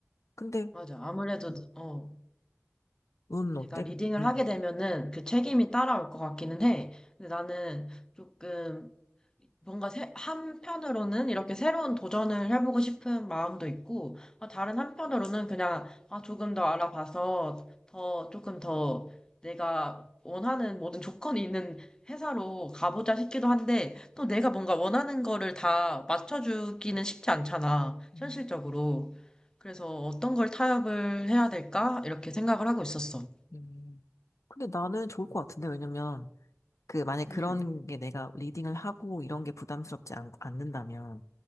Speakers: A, on the left; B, on the left.
A: 근데
B: 맞아. 아무래도,
A: 뭐,
B: 어,
A: 너는 어때?
B: 내가 리딩을
A: 음.
B: 하게 되면은 그 책임이 따라올 것 같기는 해. 근데 나는 조금 뭔가 새- 한편으로는 이렇게 새로운 도전을 해보고 싶은 마음도 있고, 어, 다른 한편으로는 그냥 아, 조금 더 알아봐서 더, 조금 더 내가 원하는 모든 조건이 있는 회사로 가보자 싶기도 한데, 또 내가 뭔가 원하는 거를 다 맞춰주기는 쉽지 않잖아,
A: 음,
B: 현실적으로. 그래서 어떤 걸 타협을 해야 될까? 이렇게 생각을 하고 있었어.
A: 음, 근데 나는 좋을 것 같은데 왜냐면 그 만약 그런
B: 응
A: 게 내가 리딩을 하고 이런 게 부담스럽지 않, 않는다면